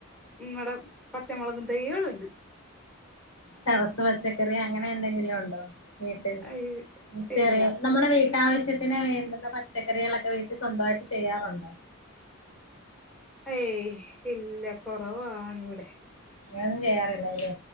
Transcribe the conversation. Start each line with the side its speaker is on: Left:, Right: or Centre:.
Centre: നിങ്ങളടെ പച്ചമുളകും തയ്യാണ് ത്?
Left: ടെറസ് പച്ചക്കറി അങ്ങനെ എന്തെങ്കിലും ഉണ്ടോ? വീട്ടിൽ
Centre: അയ്
Left: ചെറിയ
Centre: ഇല്ല
Left: നമ്മുടെ വീട്ടാവശ്യത്തി ത്തിന് വേണ്ടുന്ന പച്ചക്കറികളൊക്കെ വീട്ടിൽ സ്വന്തമായിട്ട് ചെയ്യാറുണ്ടോ?
Centre: ഏയ് ഇല്ല കുറവാണ് ഇവിടെ
Left: അങ്ങനൊന്നും ചെയ്യാറില്ലല്ലേ